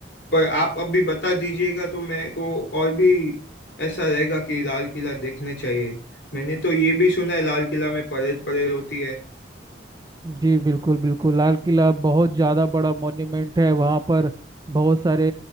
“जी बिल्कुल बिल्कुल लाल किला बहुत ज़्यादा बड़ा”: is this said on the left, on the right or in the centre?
Right